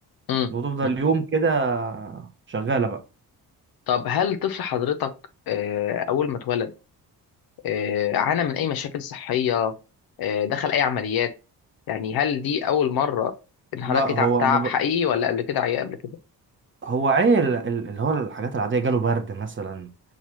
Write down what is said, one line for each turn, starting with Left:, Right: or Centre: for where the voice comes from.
Left: مم.
Right: وتفضل
Left: مم.
Right: يوم كده شغالة بقى
Left: طب هل طفل حضرتك آه، أول ما اتولد آه، عانى من أي مشاكل صحية آه، دخل أي عمليات يعني هل دي أول مرة إن حضرتك
Right: لا هو
Left: تعب تعب
Right: مجر...
Left: حقيقي ولا قبل كده عيا قبل كده
Right: هو عيل ال- اللي هو الحاجات العادية جاله برد مثلا